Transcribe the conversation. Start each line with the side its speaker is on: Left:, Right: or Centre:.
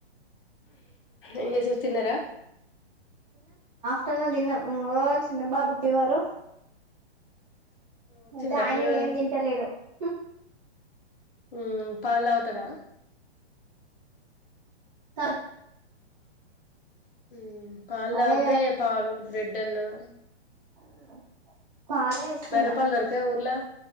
Left: ఏం చేసేవ్ తిన్నరా
Right: టన్ను దిన్నం ఓ చిన్న బాబుకి ఫీవరు
Left: వచ్చిందా
Right: అయితే ఆయనే
Left: ఫీవరు
Right: ఏం తింటలేడు హు
Left: ఊ పాల్ తాగుతడా
Right: తాగ్
Left: మ్మ్ పాలు
Right: అవే
Left: తాగుతే పాలు బ్రెడ్ అన్నా
Right: ఆ పాలే ఇస్తున్నా
Left: బెర్రపాలు దొరకయా ఊర్లా